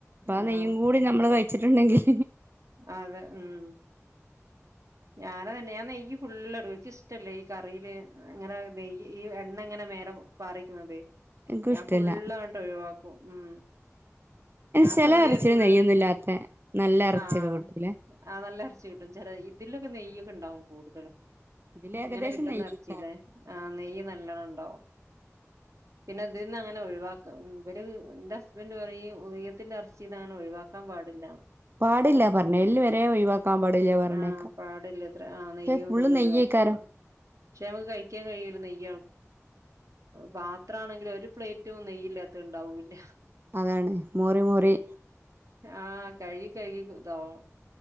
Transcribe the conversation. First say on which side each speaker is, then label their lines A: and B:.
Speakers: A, on the right; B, on the right.
A: ആ
B: ആഹ്
A: നെയ്യു കൂടി നമ്മൾ വച്ചിട്ടുണ്ടെങ്കിൽ
B: അതെ ഉം ഞാന തന്നെ ഞാൻ നെയ്യ് ഫുള്ളിടു എനിക്കിഷ്ടല്ല ഈ കറിയില് അങ്ങനെ നെയ്യ് ഈ എണ്ണ ഇങ്ങനെ മേലെ പാറിക്കുന്നതെ
A: എനിക്കും
B: ഞാൻ
A: ഇഷ്ടല്ല
B: ഫുള്ളങ്ങട്ട് ഒഴിവാക്കും ഉം ഞാൻ
A: ചില
B: <unintelligible>
A: ഇറച്ചില് നെയ്യൊന്നും ഇല്ലാത്ത നല്ല ഇറച്ചിയൊക്കെ
B: ആ
A: കിട്ടൂലേ
B: ആഹ് നല്ല ഇറച്ചി കിട്ടും ചെല ഇതിലൊക്കെ നെയ്യ് ക്കെ ഉണ്ടാവും കൂടുതലും
A: ഇതില് ഏകദേശം
B: ഇങ്ങനെ കിട്ടുന്ന
A: നെയ്യേക്കാരം
B: ഇറച്ചില്ലേ ആ നെയ്യ് നല്ലണം ഉണ്ടാവും പിന്നെ അതിന്ന് അങ്ങനെ ഒഴിവാക്ക ഉ പറ്റാ എന്റെ ഹസ്ബൻഡ് പറയും ഉദയത്തിന്റെ ഇറച്ചി ഇങ്ങനെ ഒഴിവാക്കാൻ പാടില്ല
A: പാടില്ല പറഞ്ഞ് എല്ല് വരെ ഒഴിവാക്കാൻ പാടില്ല പറയണേക്കാ
B: ആ പാടില്ല ഇത്ര ആ
A: പക്ഷെ
B: നെയ്യും
A: ഫുള്ള്
B: തോന്നും
A: നെയ്യേക്കാരം
B: ഒഴിവാക്ക പാട പക്ഷെ നമുക്ക് കഴിക്കാൻ കഴില നെയ് പാത്രണെങ്കിലിൽ ഒറ്റ് ഒരു പ്ലേറ്റും നെയ്യില്ലാത്ത ഉണ്ടാവൂല
A: അതാണ് മോറി മോറി
B: ആ കഴി കഴുകിതാവും